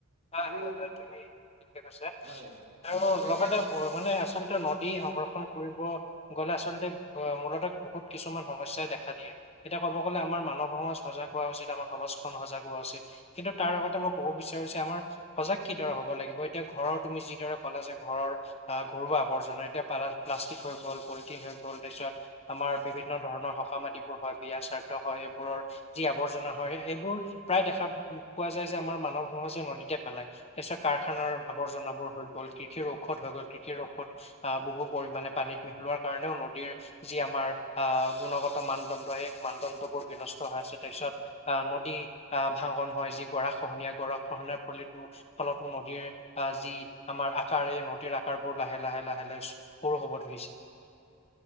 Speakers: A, on the left; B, on the right.
A: হয়,
B: আৰু
A: হয়, হয় তুমি ঠিকে কৈছে
B: হয়
A: আৰু
B: এতিয়া
A: লগতে মানে আচল নদী সংৰক্ষণ কৰিব গলে আচল্ততে মূলতঃ বহুত কিছুমান সমস্যাই দেখা দিয়ে এতিয়া ক'ব গ'লে আমাৰ মানৱ <unintelligible> উচিত আমাক সমাজখন সজাগ হোৱা উচিত কিন্তু তাৰ আগতে মই ক'ব বিচাৰো যে আমাৰ সজাগ কিদৰে হ'ব লাগিব এতিয়া ঘৰৰ তুমি যিদৰে ক'লা যে ঘৰৰ আহ ঘৰুৱা আৱৰ্জনা এতিয়া পা প্লাষ্টিক হৈ গ'ল পলিথিন হৈ গ'ল তাৰপিছত আমাৰ বিভিন্ন ধৰণৰ সকামাটিবোৰ হয় বিয়া স্বাৰ্থ হয় এইবোৰৰ যি আৱৰ্জনা হয় এইবোৰ প্ৰায় দেখা পোৱা যায় যে আমাৰ মানৱ সমাজে নদীতে পেলাই তাৰ পিছত কাৰখানাৰ আৱৰ্জনাবোৰ হৈ গ'ল কৃষিৰ ঔষধ হৈ গ'ল কৃষিৰ ঔষধ অ', বহু পৰিমামানে পানীত মিহলোৱাৰ কাৰণেও নদীৰ যি আমাৰ আহ গুণগত মানদণ্ড সেই মানদণ্ড বোৰ বিনষ্ট হৈ আছে তাৰ পিছত আহ নদী অ', ভাঙন হয় যি গৰা খহনীয়া গৰা খহনাৰ পল ফলতো নদীৰ অ', যি আমাৰ আকাৰ এই নদীৰ আকাৰবোৰ লাহে, লাহে, লাহে লাহে সৰু হ'ব ধৰিছে।